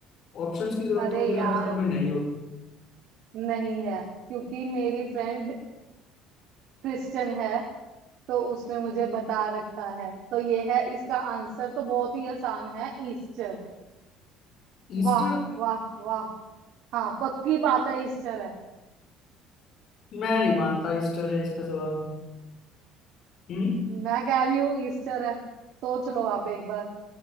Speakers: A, on the left (about 45°); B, on the right (about 60°).
A: ऑप्शंस की जरूरत
B: अरे
A: तो मुझे
B: यार
A: लगता है तुम्हें नहीं होगी
B: नहीं है क्योंकि मेरी फ्रेंड क्रिश्चियन है तो उसने मुझे बता रखा है तो ये है इसका आंसर तो बहुत ही आसान है ईस्टर
A: ईस्टर
B: वाह वाह वाह हाँ पक्की बात है ईस्टर है
A: मैं नहीं मानता ईस्टर है इसका जवाब हम्म
B: मैं कह रही हूँ ईस्टर है सोच लो आप एक बार